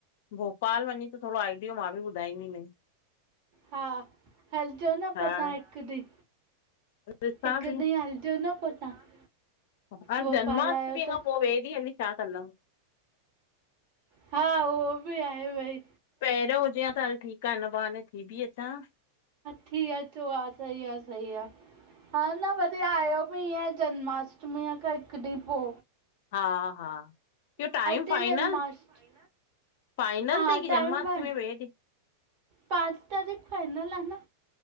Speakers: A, on the left; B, on the right.
A: भोपाल वञी त थोरो आइडियो मां बि ॿुधाईंदी मै।
B: हा हलजो न पो तव्हां
A: आहे।
B: हिकु ॾींह।
A: ॾिसां
B: हिकु
A: थी
B: ॾींह हलजो न पो तव्हां
A: हा
B: भोपाल
A: जनमष्टमी
B: आहियो त
A: खां पो ॿे डिह हली छा कंदम?
B: हा उहो बि आहे भई
A: पहिरो हुजे हा त हल ठीक ठीक आ हिन बहाने थी बि अचां हां।
B: थी अचो हा सही आ, सही आ, हा न भले आटो अ में ईअं जन्माष्टमी खां हिक ॾींह पो।
A: हा हा ॿियो टाइम
B: ते
A: फाइनल?
B: जन्माष्टमी
A: फाइनल
B: हा
A: तई की
B: टाइम
A: जन्माष्टमी
B: फाइन
A: में वेंदी
B: पांच तारीख फाइनल आ न।